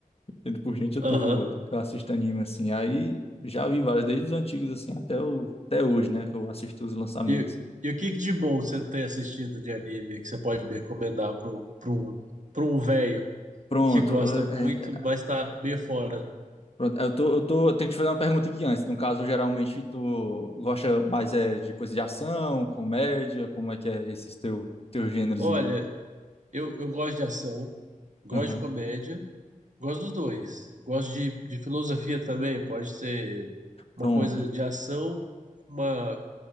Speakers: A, on the left; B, on the right.
A: Entendo por gente, eu
B: Aham.
A: tô, eu assisto anime, assim. Aí já vi vários, desde os antigos, assim, até, o, até hoje, né? Que eu assisto os lançamentos.
B: E, e o que que de bom você tem assistido de anime que você pode me recomendar para um, pra um, pra um velho
A: Pronto,
B: que gosta
A: é,
B: muito,
A: é,
B: mas tá meio fora?
A: pronto. Eu tô, eu tô, eu tenho que te fazer uma pergunta aqui antes. No caso, geralmente, tu gosta mais é, de coisa de ação, comédia? Como é que é esses teu, teus gêneros
B: Olha,
A: aí?
B: eu, eu gosto de ação, gosto
A: Aham.
B: de comédia. Gosto dos dois. Gosto de, de filosofia também. Pode ser uma
A: Pronto.
B: coisa de ação, uma,